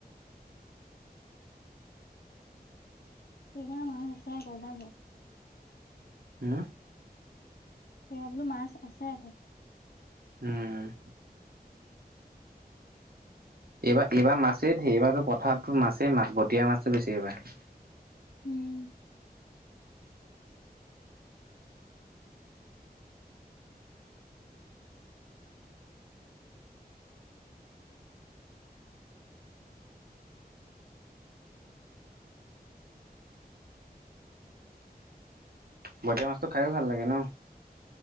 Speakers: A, on the left; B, on the right.
A: কিমাৰ মাছ আছে আক ওলাব।
B: হা?
A: এইবাৰ বোলো মাছ আছে আকৌ।
B: উম। এইবাৰ এইবাৰ মাছে ধেৰ এইবাৰো পথাৰতো মাছেই মাছ বতিয়া মাছটো বেছি এইবাৰ।
A: উম
B: বটিয়া মাছটো খায়ো ভাল লাগে ন'।